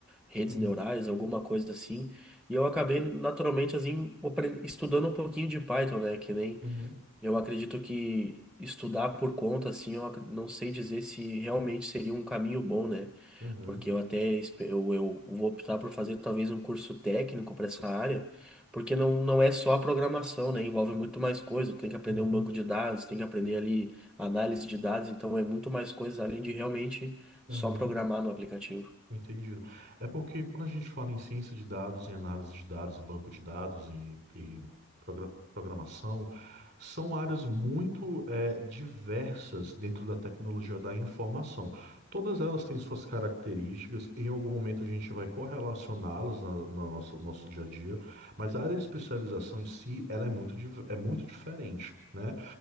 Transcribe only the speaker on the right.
uhum,
uhum,
uhum,
uhum,
uhum,
uhum,
Entendido. É porque quando a gente fala em ciência de dados, em análise de dados, banco de dados e, e progra- programação, são áreas muito eh, diversas dentro da tecnologia da informação. Todas elas têm suas características, em algum momento a gente vai correlacioná-las na, na nossa- no nosso nosso dia a dia, mas a área de especialização em si, ela é muito, div- é muito diferente, né?